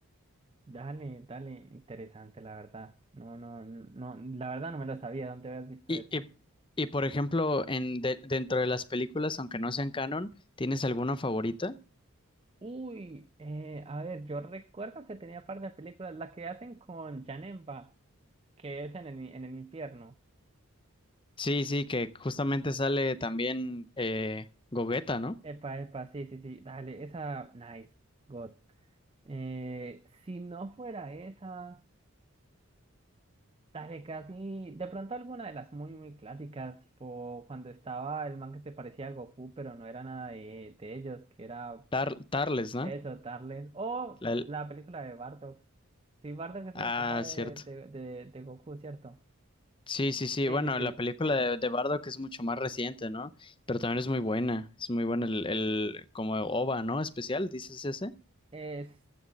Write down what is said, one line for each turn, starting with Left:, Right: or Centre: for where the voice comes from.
Right: dale, dale, interesante, la verdad. No, no, no, la verdad no me lo sabía. ¿Dónde habías visto
Left: Y,
Right: eso?
Left: y- y, por ejemplo, en, de- dentro de las películas, aunque no sean canon, ¿tienes alguna favorita?
Right: Uy, eh, a ver, yo recuerdo que tenía par de películas, la que hacen con Janemba, que es en el, en el infierno.
Left: Sí, sí, que justamente sale también eh, Gogeta, ¿no?
Right: Epa, epa, sí, sí, sí, dale, esa, nice, God. Eh, si no fuera esa, dale, casi, de pronto alguna de las muy, muy clásicas, tipo cuando estaba el man que se parecía a Goku, pero no era nada de, de ellos, que era
Left: Tar- Tarles, ¿no?
Right: Eso, Tarles. O
Left: La-
Right: la película de Bardock. Sí, Bardock es
Left: ah,
Right: el papá de,
Left: cierto.
Right: de, de, de Goku, ¿cierto?
Left: Sí, sí, sí.
Right: Sí,
Left: Bueno,
Right: sí, sí,
Left: la película
Right: esa.
Left: de, de Bardock es mucho más reciente, ¿no? Pero también es muy buena. Es muy buena el, el como OVA, ¿no? Especial, ¿dices ese?
Right: Es,